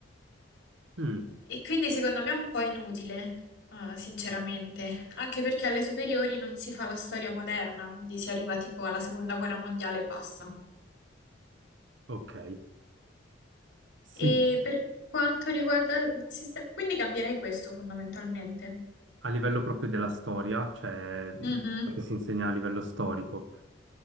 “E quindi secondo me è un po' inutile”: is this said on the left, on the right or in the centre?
Left